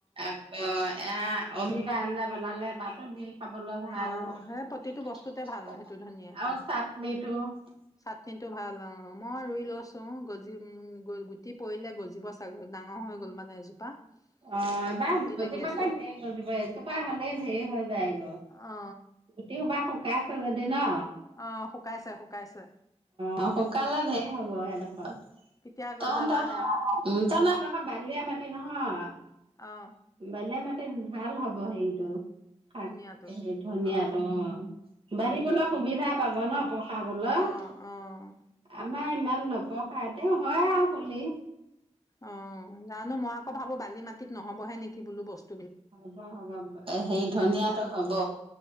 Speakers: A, on the right; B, on the left.
A: আকৌ এয়া। অমিতা আঞ্জা বনালে পাত দিও। খাবলৈ ভাল
B: অ অ
A: আৰু
B: সেই প্ৰতিটো বস্তুতে ভাল সেইটো ধনিয়া
A: চাটনিটো ।
B: চাটনিটো ভাল অ মই ৰুই লৈছোঁ গজি । গুটি পৰিলে গজিব চাগ ডাঙৰ হৈ গ'ল মানে এজোপা <unintelligible>
A: অ এবাৰ
B: গুটি
A: গুচি
B: লাগি
A: বলে
B: আছে
A: ধেই গজিব এজোপা হলে ধেৰ হৈ যায় গৈ
B: অ
A: গোটেই সোপা শুকাই আছে যদি ন
B: অ শুকাইছে শুকাইছে
A: অ শুকালে ঢেৰ হব সেইডোখৰ
B: কেতিয়া গজে
A: তহত
B: বা
A: উ
B: সেয়া
A: তহত হেডখৰ বালিয়া মাটি নহয় বালিয়া।
B: অ
A: বালিয়া মাটি ভাল হ'ব সেইটো শাক
B: ধনিয়াটো
A: ধনিয়াতো
B: অ
A: অ বাঢ়িবলৈ সুবিধা পাব ন প খা বলৈ
B: অ
A: <unintelligible>
B: অ
A: আমাৰ ইমান নপসাই তেও হয় আৰু খুলি
B: অ জানো মই আকৌ ভাবোঁ বালি মাতি নহ'ব হে নেকি বোলো বস্তু
A: হ'ব হ'ব হে ধনিয়াটো
B: অ
A: হব